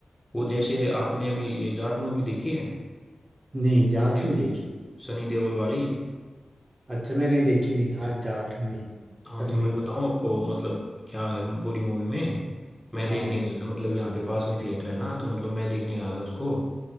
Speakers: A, in the centre; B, on the right.
A: वो जैसे आपने अभी ये जाट मूवी देखी है
B: नहीं जाट
A: सनी देओल
B: नहीं देखी
A: की सनी देओल वाली
B: अच्छा मैंने देखी नहीं साथ जाट नहीं
A: हाँ
B: सनी
A: तो मैं
B: देओल
A: बताऊं आपको मतलब क्या है पूरी मूवी में मैं
B: हाँ
A: देखने गया था मतलब यहाँ पे पास में थिएटर है ना तो मतलब मैं देखने गया था उसको